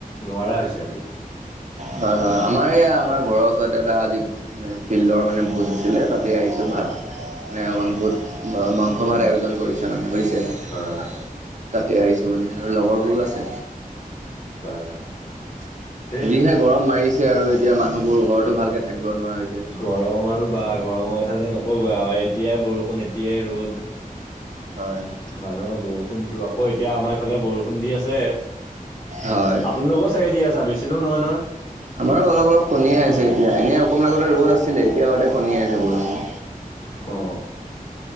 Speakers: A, on the left; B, on the right.
A: নোৱাৰা হৈছে আজি।
B: হয় হয়, আমাৰ এইয়া আমাৰ ঘৰৰ ওচৰতে এটা আজি মানে ফিল্ডৰ মানে ভোজ আছিলে তাতে আহিছো। সেইটো
A: হয়
B: ভাত মানে অকণমান বহুত মাংস
A: উম
B: ভাত আয়োজন কৰিছে মানে বুজিছে। যোৱাচোন,
A: হয়
B: তাতে আহিছো মানে আৰু লগৰবোৰো আছে।
A: হয় হয়, কেট।
B: যিহে গৰম মাৰিছে আৰু এতিয়া মানুহবোৰ ঘৰতো ভালকে থাকিব নোৱাৰা হৈছে।
A: গৰম আৰু বা গৰমৰ কথাটো নকব আৰু এতিয়াই বৰষুণ এতিয়াই ৰ'দ।
B: হয়, আ।
A: মানুহৰ বৰষুণতো আকৌ এতিয়া আমাৰ ইফালে বৰষুণ দি আছে।
B: হয়
A: আপোনালোকেও চাগে দি আছা বেছি দূৰ নহয় নহয়,
B: আমাৰো অলপ অলপ
A: টুপ
B: কণীয়ে আছে
A: অ আ।
B: এতিয়া এনেই অকমান আগতে ৰ'দ আছিলে। এতিয়া আকৌ কণিয়াই আছে বৰষুণ।
A: হ অ অ অ।